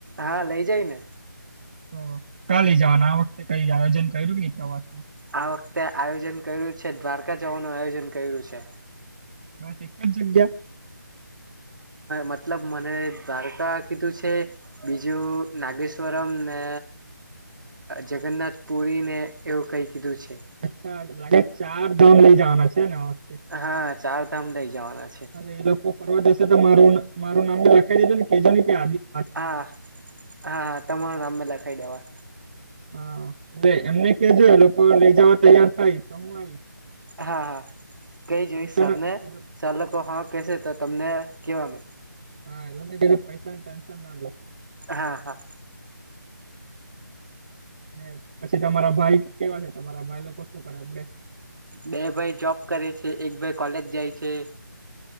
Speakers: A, on the right; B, on the right.
A: હા લઈ જાય ને
B: તો કા લઇ જવાના આ વખતે કઈ આયોજન કર્યું કે પ્રવાસનું
A: આ વખતે આયોજન કર્યું છે દ્વારકા જવાનું આયોજન કર્યું છે
B: બસ એક જ જગ્યા
A: મતલબ મને દ્વારકા કીધું છે બીજું નાગેશ્વરમ ને જગન્નાથ પુરીને એવું કઈ કીધું છે.
B: અચ્છા લાગે ચાર ધામ લઈ જવાના છે ને આ વખતે
A: હા ચારધામ લઇ જવાના છે.
B: હ એ લોકો ફરવા જશે તો મારું માર નામમે લખાઈ દેજૉ ને કેજો ને કે આદી
A: હા હા હા તમારું નામ મે લખાઈ દેવા.
B: હા એટલે એમને કે જો એ લોકો લઈ જવા તૈયાર થાય તો હું આવીશ.
A: હા હા કેઈ જોઈશ
B: પૈસાના
A: સરને
B: એ
A: સર લોકો હા કહેશે તો તમને કેવા મેં.
B: <inaudible>
A: હા હા
B: ને પછી તમારા ભાઈ કેવા છે તમારા ભાઈ લોકો શું કરે આપડે.
A: બે ભાઈ જોબ કરે છે એક ભાઈ કોલેજ જાય છે.